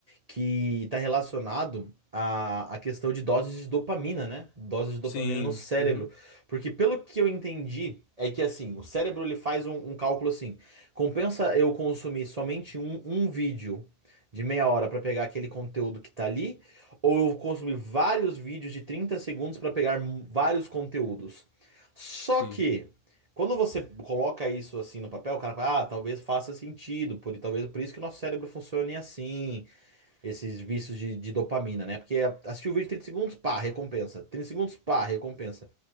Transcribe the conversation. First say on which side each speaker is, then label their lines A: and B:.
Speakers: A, on the right; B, on the left.
A: que está relacionado à, à questão de doses de dopamina, né? Doses de dopamina
B: Sim,
A: no cérebro.
B: uhum.
A: Porque pelo que eu entendi, é que assim, o cérebro ele faz um, um cálculo assim: compensa eu consumir somente um, um vídeo de meia hora para pegar aquele conteúdo que tá ali, ou eu consumir vários vídeos de 30 segundos para pegar m- vários conteúdos. Só
B: Sim.
A: que. Quando você coloca isso assim no papel, o cara fala, ah, talvez faça sentido, por, talvez por isso que o nosso cérebro funcione assim, esses vícios de, de dopamina, né? Porque é, assistir o vídeo 30 segundos, pá, recompensa. trinta segundos, pá, recompensa.